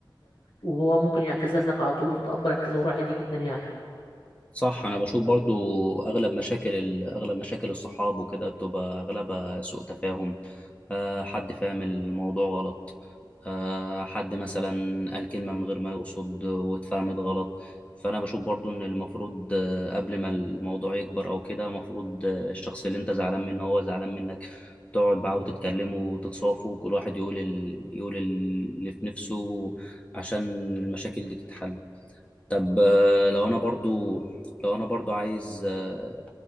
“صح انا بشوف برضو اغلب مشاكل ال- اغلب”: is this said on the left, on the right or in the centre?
Left